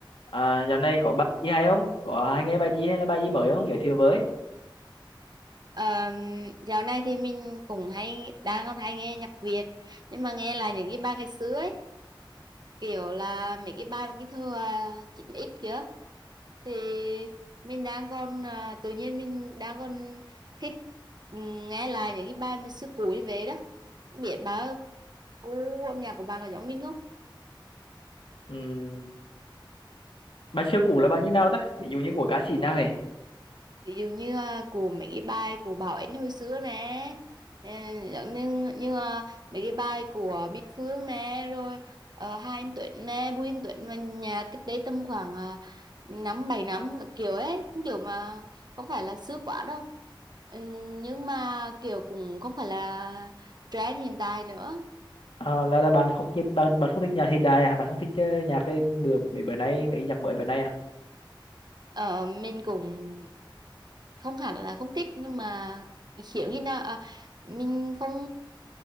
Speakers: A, on the left; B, on the right.
A: À, dạo này có bài gì hay không? Có hay nghe bài gì hay là bài gì mới không? Giới thiệu với.
B: Ờ, dạo này thì mình cũng hay đang còn hay nghe nhạc Việt nhưng mà nghe là những cái bài ngày xưa ấy kiểu là mấy cái bài mà cái thơ à, 9x kia thì mình đang còn à, tự nhiên mình đang còn thích ừm, nghe lại những cái bài mà xưa cũ như vậy đó Không biết bà gu âm nhạc của bà có giống mình không
A: Ừm, bài xưa cũ là bài như nào ta? Ví dụ như của ca sĩ nào hề?
B: ví dụ như à, của mấy cái bài của Bảo Ánh hồi xưa nè ờ, giống như như à, mấy cái bài của Bích Phương nè rồi uh, Hai Anh Tuấn nè Bùi Anh Tuấn và nhà cách đây tầm khoảng à, năm bảy năm các kiểu ấy kiểu mà không phải là xưa quá đâu Ừ, nhưng mà kiểu cũng không phải là trend hiện tại nữa
A: À, là là bạn không thích bạn bạn không thích nhạc hiện đại à? Bạn không thích ờ, nhạc cái bữa mấy bữa nay mấy nhạc mới bữa nay à?
B: Ờ, mình cũng không hẳn là không thích nhưng mà hiểu như nào à, mình không